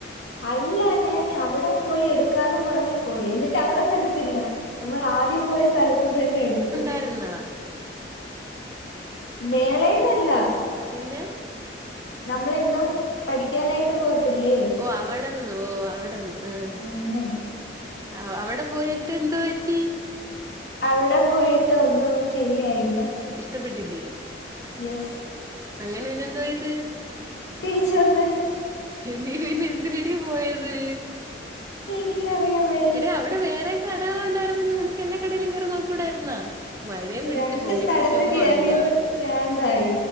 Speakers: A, on the left (about 75°); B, on the right (about 20°).
A: അല്ല ഞാൻ അവ്ടെ പോയി എടുക്കാന്നും പറഞ്ഞു പോയി എന്നിട്ട് അവിടന്ന് എടുത്തില്ല നമ്മൾ ആദ്യം പോയ സ്ഥലത്തുന്ന് തന്നെ എടുത്തെ
B: ആര്ന്നാ
A: മേളേന്നല്ല
B: പിന്നെ
A: നമ്മളെന്നും പഠിക്കാനായി ട്ട് പോത്തില്ലേ
B: ഓ അവടെന്ന് ഓ അവടെന്ന് ആഹ്
A: അങ്ങനെ
B: ആ അവടെ പോയിട്ട് എന്തോറ്റി
A: അവ്ടെ പോയിട്ട് ഒന്നും ശരിയായില്ല
B: ഇഷ്ടപ്പെട്ടില്ലേ
A: യെസ്
B: അങ്ങനെണെ ന്തോയ്ത്
A: തിരിച്ച് വന്ന്
B: നീ പിന്നെ ന്തിനേടീ പോയത്
A: എനിക്കറിയാവ
B: എടെ അവിടെ വേറെ കടകളും ണ്ടായിരുന്നല്ലോ നിനക്ക് എല്ലാ കടയിലും കേറി നോക്കൂടായിരുന്നാ മഴയും പിടിച്ച്
A: രണ്ട്
B: പോയിട്ട്
A: സ്ഥലത്ത്
B: ചുമ്മാ
A: കേറിയപ്പോ
B: വന്നാ
A: പ്രാന്തായി